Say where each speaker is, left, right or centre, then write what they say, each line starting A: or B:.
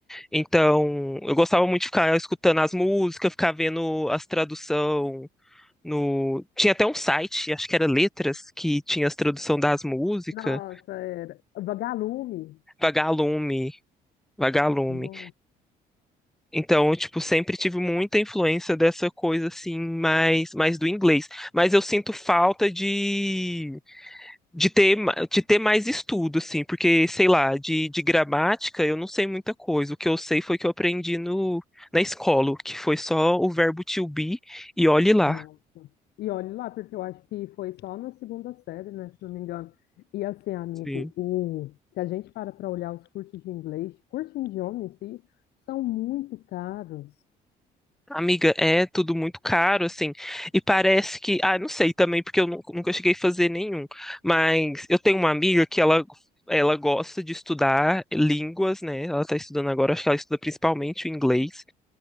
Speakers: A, in the centre; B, on the left.
A: Então eu gostava muito de ficar escutando as músicas, ficar vendo as traduções. No... Tinha até um site, acho que era Letras, que tinha as tradução das músicas.
B: Nossa, era. Vagalume.
A: Vagalume, Vagalume.
B: Nossa.
A: Então, eu, tipo, sempre tive muita influência dessa coisa, assim, mais, mais do inglês. Mas eu sinto falta de de ter, ma- de ter mais estudo, assim, porque, sei lá, de, de gramática eu não sei muita coisa. O que eu sei foi que eu aprendi no, na escola, que foi só o verbo to be e olhe lá.
B: Nossa. E olhe lá, porque eu acho que foi só na segunda série, né, se não me engano. E assim, amigo,
A: Sim.
B: o... se a gente para para olhar os cursos de inglês, cursos de idioma em si, são muito caros.
A: Amiga, é tudo muito caro, assim, e parece que, ah, não sei também, porque eu nu- nunca cheguei a fazer nenhum, mas eu tenho uma amiga que ela, ela gosta de estudar línguas, né? Ela tá estudando agora, acho que ela estuda principalmente o inglês,